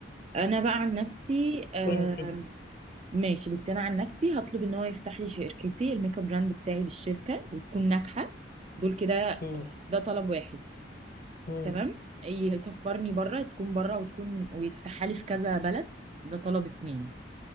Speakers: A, on the right; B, on the left.
A: انا بقى عن نفسي آم،
B: وانتي
A: ماشي بصي انا عن نفسي هطلب ان هو يفتح لي شركتي الميك اب براند بتاعي بالشركه وتكون ناجحه دول كده
B: مم.
A: ده طلب واحد
B: مم.
A: تمام يسفرني بره تكون بره وتكون ويفتحها لي في كذا بلد ده طلب اتنين